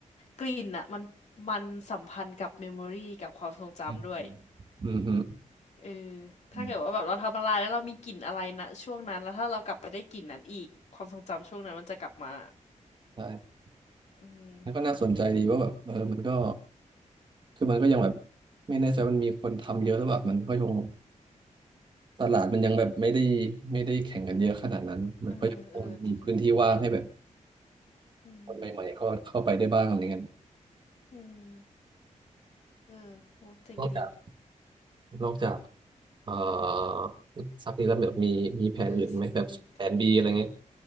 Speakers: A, on the left; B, on the right.
A: กลิ่นอ่ะมันมันสัมพันธ์กับเมมโมรีกับความทรงจำด้วย
B: อืมฮึ
A: เออ ถ้าเกิดว่าแบบเราทำอะไรแล้วเรามีกลิ่นอะไรนะช่วงนั้นแล้วถ้าเรากลับไปได้กลิ่นนั้นอีกความทรงจำช่วงนั้นมันจะกลับมา
B: อืมใช่
A: อืม
B: แล้วก็น่าสนใจดีว่าแบบเออมันก็คือมันก็ยังแบบไม่แน่ใจมันมีคนทำเยอะแร้วแบบมันก็ยังตลาดมันยังแบบไม่ได้ไม่ได้แข่งกันเยอะขนาดนั้นมันก็ยังคงมีพื้นที่ว่างให้แบบ
A: เออเออจริงอืม
B: คนใหม่ๆเข้าเข้าไปได้บ้างอะไรเงี้ย
A: อืมเออโหเจ๋งดี
B: นอกจากนอกจากเอ่อซักนี้แล้วแบบมีมีแผนอื่นไหมแบบแผนบีอะไรเงี้ย
A: <laughs> exactly